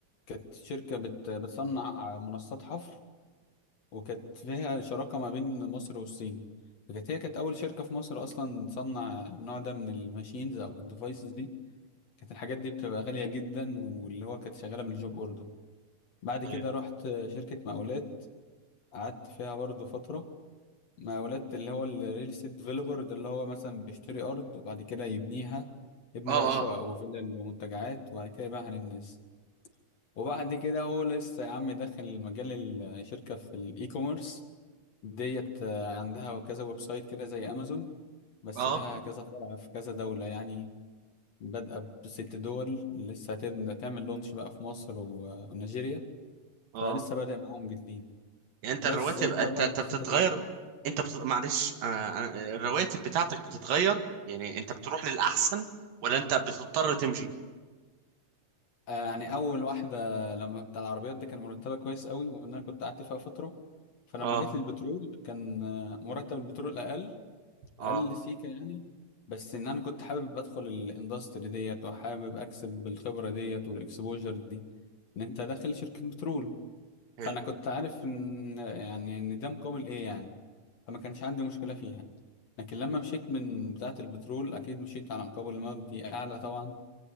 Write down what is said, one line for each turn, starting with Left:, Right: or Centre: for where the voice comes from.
Left: كانت شركه بت... بتصنع منصات حفر وكانت فيها شراكة ما بين مصر والصين فكانت هي كانت أول شركة في مصر أصلا تصنع النوع ده من الماشينز أو الديفايسز دي كانت الحاجات دي بتبقى غالية جدا واللي هو كانت شغالة بالجوب أوردر بعد
Right: طيب
Left: كده رحت شركة مقاولات قعدت فيها برضه فترة مقاولات اللي هو الريل استيت ديفلوبر ده اللي هو مثلا بيشتري أرض وبعد كده يبنيها يبني
Right: اه
Left: بقى شقق
Right: اه
Left: وفلل ومنتجعات وبعد كده يبيعها للناس وبعد كده هو لسه يا عم داخل مجال الشركة في الإي كوميرس ديت آه، عندها كذا ويب سايت كده زي امازون بس
Right: اه
Left: لها كذا فرع في كذا دولة يعني بادئة بست دول لسه هتبدأ تعمل لونش بقى في مصر و- ونيجيريا
Right: اه
Left: فلسه بادئ معاهم جديد
Right: يعني انت
Left: بس
Right: الرواتب
Left: انت
Right: انت
Left: بقى
Right: انت
Left: قصتك
Right: بتتغير
Left: ايه؟
Right: انت بت... معلش آه، أنا- الرواتب بتاعتك بتتغير يعني انت بتروح للاحسن ولا انت بتضطر تمشي
Left: آه يعني اول واحدة لما بتاع العربيات دي كان مرتبها كويس قوي وان انا كنت قعدت فيها فترة فلما
Right: اه
Left: جيت للبترول كان آه، مرتب البترول اقل
Right: اه
Left: اقل سيكه يعني بس ان انا كنت حابب ادخل الاندستري ديت وحابب اكسب بالخبره ديت والاكسبوجر دي ان انت داخل شركه بترول
Right: حلو
Left: فانا كنت عارف ان يعني ان ده مقابل ايه يعني فما كانش عندي مشكله فيها لكن لما مشيت من بتاعه البترول اكيد مشيت على مقابل مادي اعلى طبعا